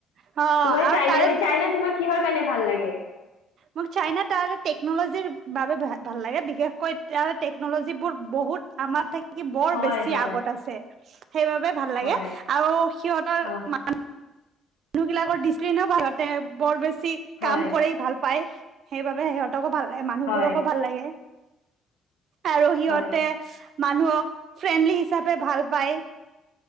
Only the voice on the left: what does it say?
তোমাৰ
চাইনা
মে চাইনা তোমাক কিহৰ কাৰণে ভাল লাগে?
হয়
হয়
হয়
অ
হয়
হয়
হয়